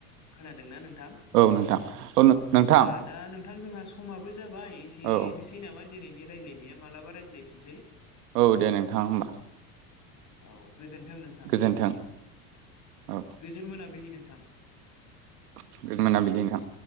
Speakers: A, on the left; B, on the right.
A: खोनादोंना नोंथां
B: औ नोंथां औ नोंथां
A: ओ दा नोंथां जोंहा सम समाबो जाबाय एसेनोसै
B: औ
A: नामा दिनैनि रायज्लायनाया मालाबा रायज्लायफिननोसै
B: औ दे नोंथां होमबा
A: औ गोजोन्थों नोंथां
B: गोजोन्थों औ
A: गोजोन मोनाबिलि नोंथां गो
B: <unintelligible> मोनाबिलि नोंथां